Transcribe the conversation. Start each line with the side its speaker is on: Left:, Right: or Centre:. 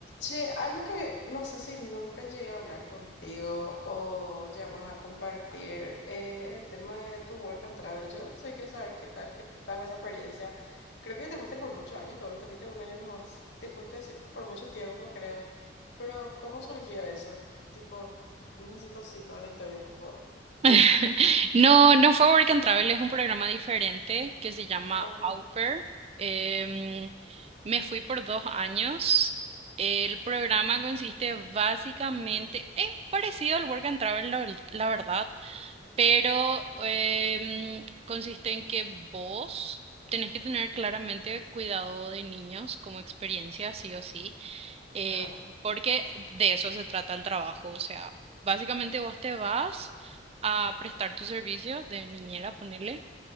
Left: Che, algo que no sé si nunca llegué a hablar contigo o llegamos a compartir eh, el tema de tu work and travel. Yo sí quiero saber qué tal, qué tal fue esa experiencia. Creo que te fuiste por muchos años, luego no te fuiste un año nomás. Te fuiste así por mucho tiempo, creo. Pero, ¿cómo surgió eso? Tipo, necesito sí toda la historia, por favor.
Right: <laughs> No, no fue Work and Travel, es un programa diferente que se llama
Left: Ajá.
Right: Au Pair. Em, me fui por dos años. El programa consiste básicamente, es parecido al Work and Travel, la, vel- la verdad, pero em, consiste en que vos tenés que tener claramente cuidado de niños como experiencia, sí o sí eh,
Left: Ah.
Right: porque de eso se trata el trabajo. O sea, básicamente vos te vas a prestar tus servicios de niñera, ponele.